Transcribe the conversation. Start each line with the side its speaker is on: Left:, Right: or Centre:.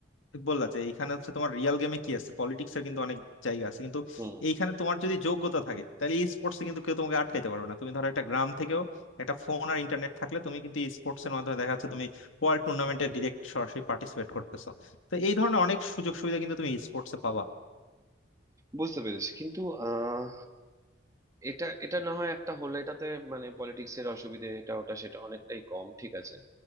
Left: বললা যে এইখানে হচ্ছে তোমার রিয়েল গেমে কি আছে পলিটিক্স এর কিন্তু অনেক জায়গা আছে কিন্তু
Right: হুম
Left: এইখানে তোমার যদি যোগ্যতা থাকে তাহলে ই স্পোর্টসে কিন্তু কেউ তোমাকে আটকাইতে পারবে না তুমি ধরো একটা গ্রাম থেকেও একটা ফোন আর ইন্টারনেট থাকলে তুমি কিন্তু ই স্পোর্টস এর মাধ্যমে দেখা যাচ্ছে তুমি ওয়ার্ল্ড টুর্নামেন্টে ডিরেক্ট সরাসরি পার্টিসিপেট করতেছো তো এই ধরনের অনেক সুযোগ সুবিধা কিন্তু তুমি ই স্পোর্টসে পাবা
Right: বুঝতে পেরেছি কিন্তু আহ এটা এটা না হয় একটা হলে এটাতে মানে পলিটিক্স এর অসুবিধে এটা ওটা সেটা অনেকটাই কম ঠিক আছে